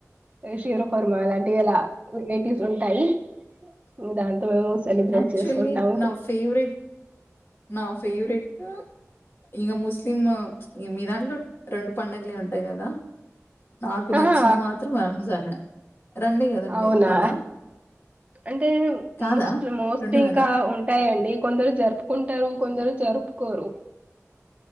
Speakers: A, on the right; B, on the left.
A: షీర ఫర్ మాలాంటి ఎలా ఉ కైటీస్ ఉంటాయి ను దాంతో మేము సెలబ్రేట్
B: యాక్చువల్లీ
A: చేసుకుంటాము
B: నా ఫేవరెట్ నా ఫేవరెటు ఇంగ ముస్లిం ఈ మీదాంట్లో రొండు పడుగలే ఉంటాయి కదా నాకు
A: ఆహా
B: నచ్చింది మాత్రం రంజాన్ రెండే కదా ఉండేది
A: అవునా
B: కాదా
A: అంటే
B: కాదా
A: మోస్ట్ మోస్ట్
B: రెండు
A: ఇంకా
B: కదా
A: ఉంటాయండి కొందరు జరుపుకుంటారు కొందరు జరుపుకోరు